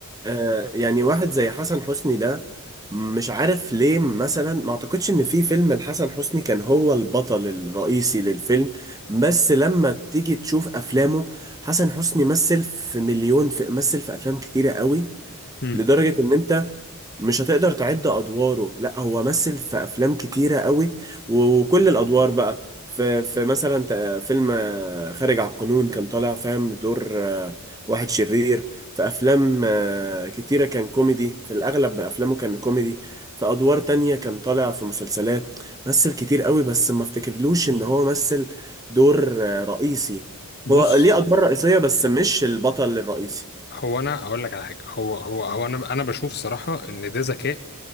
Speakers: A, on the right; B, on the left.
A: آه يعني واحد زي حسن حسني ده مش عارف ليه مثلا ما اعتقدش ان في فيلم لحسن حسني كان هو البطل الرئيسي للفيلم بس لما تيجي تشوف افلامه حسن حسني مثل في مليون في مثل في افلام كتيرة قوي
B: مم.
A: لدرجة ان انت مش هتقدر تعد ادواره لا هو مثل في افلام كتيره قوي وكل الادوار بقى في في مثلا ت- فيلم آه، خارج على القانون كان طالع فاهم دور آه، واحد شرير في افلام آه، كتيره كان كوميدي في الاغلب افلامه كان كوميدي في ادوار تانية كان طالع في مسلسلات مثل كتير قوي بس ما افتكرلوش ان هو مثل دور آه، رئيسي
B: بص
A: هو ليه ادوار رئيسيه بس مش البطل الرئيسي
B: هو انا هقول لك على حاجه هو هو هو انا انا بشوف صراحه ان ده ذكاء